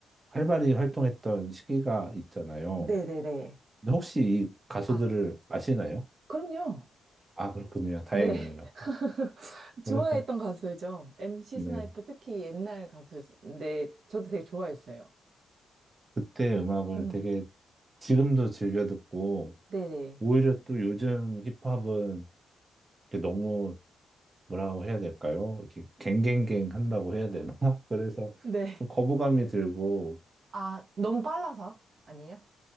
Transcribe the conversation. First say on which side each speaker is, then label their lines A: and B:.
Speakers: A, on the right (about 30°); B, on the right (about 60°).
A: 활발히 활동했던 시기가 있잖아요.
B: 네네네.
A: 근데 혹시 이 가수들을
B: 아,
A: 아시나요?
B: 그럼요.
A: 아, 그렇군요. 다행이네요.
B: 네. <laughs> 좋아했던
A: 그래서,
B: 가수죠. MC
A: 네.
B: 스나이퍼 특히 옛날 가수인데 저도 되게 좋아했어요.
A: 그때 음악을
B: 음,
A: 되게 지금도 즐겨 듣고,
B: 네네.
A: 오히려 또 요즘 힙합은 이렇게 너무 뭐라고 해야 될까요? 이렇게 갱갱갱 한다고 해야 되나? <laughs> 그래서
B: 네.
A: 좀 거부감이 들고,
B: 아, 너무 빨라서 아니에요?